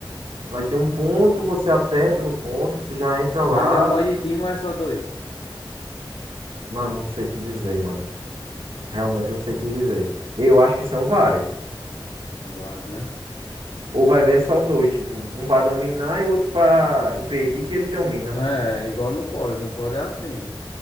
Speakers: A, on the right (about 80°); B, on the left (about 80°).
A: Vai ter um ponto, você aperta no ponto, você já entra lá.
B: Mas é o mod team ou é só dois?
A: Mano, não sei te dizer, mano. Realmente eu não sei te dizer. Eu acho que são vários.
B: Vários, né?
A: Ou vai ver é só dois, tipo, um pra dominar e o outro pra impedir que eles dominam.
B: É, é igual no COD. No COD é assim.